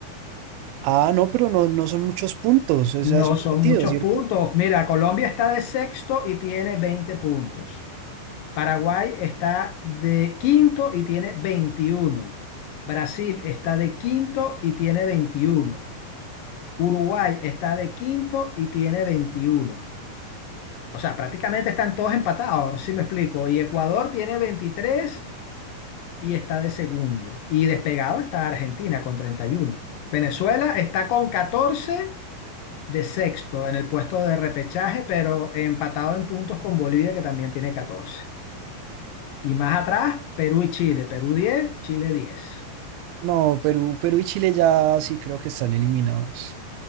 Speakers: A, on the right; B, on the left.
A: ah, no, pero no, no son muchos puntos, o
B: No
A: sea, es un
B: son
A: partido,
B: muchos
A: ¿cierto?
B: puntos. Mira, Colombia está de sexto y tiene 20 puntos. Paraguay está de quinto y tiene 21. Brasil está de quinto y tiene 21. Uruguay está de quinto y tiene 21. O sea, prácticamente están todos empatados, si me explico. Y Ecuador tiene 23 y está de segundo. Y despegado está Argentina con 31. Venezuela está con 14 de sexto en el puesto de repechaje, pero empatado en puntos con Bolivia, que también tiene 14. Y más atrás, Perú y Chile. Perú diez Chile diez
A: No, Perú, Perú y Chile ya sí creo que están eliminados,